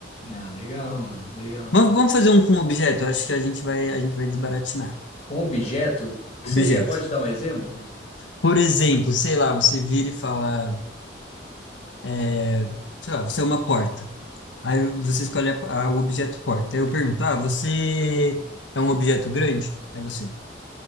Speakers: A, on the left (about 35°); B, on the left (about 85°).
A: Ah, legal, mano, legal.
B: Vamos, vamos fazer um com objeto. Eu Acho que a gente vai, a gente vai desbaratinar.
A: Com objeto? O que
B: Objeto.
A: seria? Pode dar um exemplo?
B: Por exemplo, sei lá, você vira e fala, é, sei lá, você é uma porta. Aí você escolhe a- a- o objeto porta. Aí eu pergunto, ah, você é um objeto grande? Aí você,